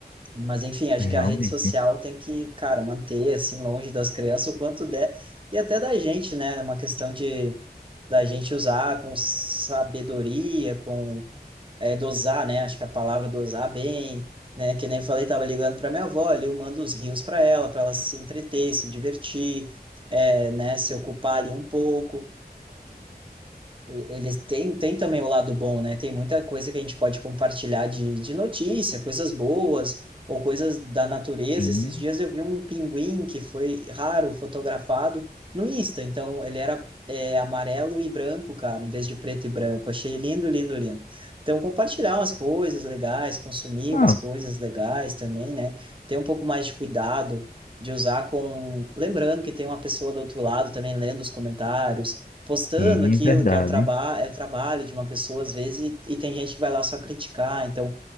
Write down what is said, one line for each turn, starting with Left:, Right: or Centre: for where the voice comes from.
Right: Mas enfim, acho
Left: Realmente,
Right: que a rede social tem que, cara, manter assim longe das crianças o quanto der e até da gente, né? É Uma questão de da gente usar com sabedoria, com é, dosar, né? Acho que a palavra dosar bem, né? Que nem eu falei, tava ligando para minha avó ali, eu mando os rios para ela, para ela se entreter, se divertir, é, né? Se ocupar ali um pouco. Eles têm, têm também o lado bom, né? Tem muita coisa que a gente pode compartilhar de, de notícia, coisas boas ou coisas da natureza.
Left: sim.
Right: Esses dias eu vi um pinguim que foi raro fotografado no Insta, então ele era é, amarelo e branco, cara, em vez de preto e branco. Achei lindo, lindo, lindo. Então, compartilhar umas coisas legais, consumir
Left: Ah,
Right: umas coisas legais também, né? Ter um pouco mais de cuidado de usar com. Lembrando que tem uma pessoa do outro lado também lendo os comentários postando
Left: sim,
Right: aquilo
Left: verdade.
Right: que é o, traba é o trabalho de uma pessoa, às vezes, e, e tem gente que vai lá só criticar, então